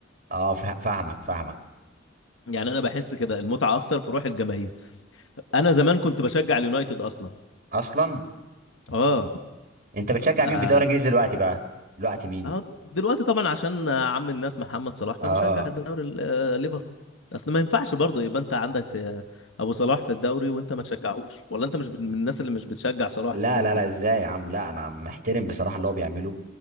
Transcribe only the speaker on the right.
اه فا- فاهمك فاهمك
اصلا
انت بتشجع مين
في الدوري الانجليزي دلوقتي بقى دلوقتي مين
اه
لا
لا
لا ازاي يا عم لا انا محترم بصراحه اللي هو بيعمله